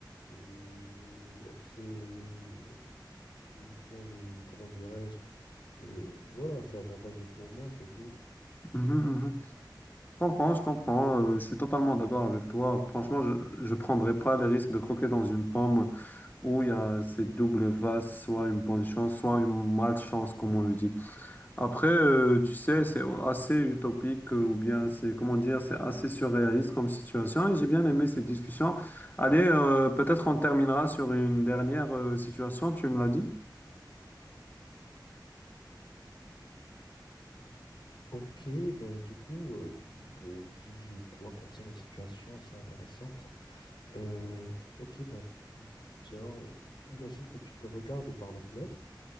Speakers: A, on the left (about 80°); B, on the left (about 25°).
A: euh, assez. euh, comment le- comment dirais-je? Euh, voilà, c'est avantageux pour moi, c'est tout.
B: mhm, mhm. Je comprends, je comprends, euh, je suis totalement d'accord avec toi. Franchement, je ne prendrais pas le risque de croquer dans une pomme où il y a cette double face, soit une bonne chance, soit une malchance, comme on le dit. Après, euh, tu sais, c'est assez utopique euh, ou bien c'est, comment dire, c'est assez surréaliste comme situation et j'ai bien aimé cette discussion. Allez, euh, peut-être on terminera sur une dernière euh, situation, tu me l'as dit?
A: Ok, bah, du coup, euh, bah, si je dois penser à une situation assez intéressante, euh, ok, bah, tiens, euh, imagine que tu te regardes par la fenêtre